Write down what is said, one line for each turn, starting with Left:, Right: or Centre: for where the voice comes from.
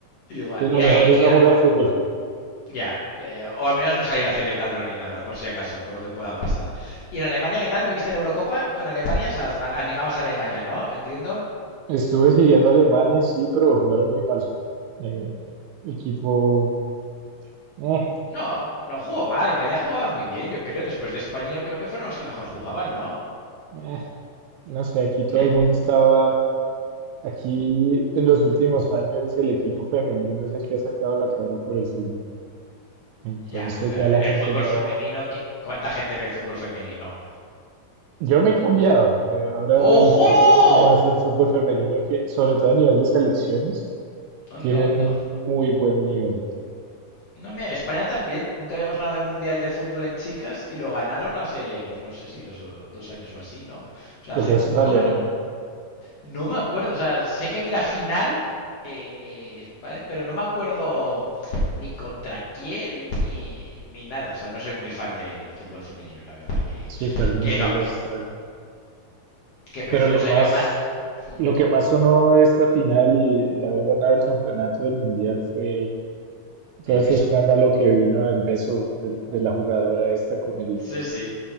Left: Igual.
Right: Y lo
Left: Y, la-
Right: mejor
Left: y
Right: es no jugar fútbol.
Left: Ya, eh, o al menos no salir a celebrarlo ni nada, por si acaso, por lo que pueda pasar. ¿Y en Alemania qué tal? ¿Viviste la Eurocopa con Alemania? O sea, a- animabas a Alemania, ¿no? Entiendo.
Right: Estuve siguiendo a Alemania, sí, pero jugaron muy mal. Eh, equipo... eh,
Left: No, no jugó mal. Alemania jugaba muy bien, yo creo. Después de España, yo creo que fueron los que mejor jugaban, ¿no?
Right: eh. No sé, aquí todo
Left: Eh,
Right: el mundo estaba, aquí en los últimos años el equipo femenino es el que ha sacado la cara por el fútbol. Entonces
Left: ya, pa- pero
Right: ya la
Left: el
Right: gente
Left: fútbol
Right: no...
Left: femenino, ¿qué- ¿cuánta gente ve el fútbol femenino?
Right: Yo me he cambiado, eh, ahora
Left: ¡Ojo!
Right: disfruto un poco más del fútbol femenino que sobre todo a nivel de selecciones
Left: Onda,
Right: tienen
Left: onda.
Right: un muy buen nivel.
Left: No, mira, España también. Nunca habíamos ganado el Mundial de Fútbol en chicas y lo ganaron hace, pues no sé si dos, o- dos años o así, ¿no? O sea,
Right: El
Left: hace
Right: de Australia,
Left: muy poco ganó,
Right: ¿no?
Left: No me acuerdo, o sea, sé que vi la final, eh, pero no me acuerdo ni contra quién ni, ni nada. O sea, no soy muy fan del fútbol femenino, la verdad. Que,
Right: Sí, fue el Mundial
Left: que no,
Right: de Australia.
Left: que, que
Right: Pero
Left: prefiero,
Right: lo
Left: o sea,
Right: más,
Left: yo más. Hmm,
Right: lo que más sonó de esta final y de haber ganado el campeonato del Mundial fue todo
Left: El
Right: este
Left: beso.
Right: escándalo que vino del beso del- de la jugadora esta con el,
Left: Sí, sí,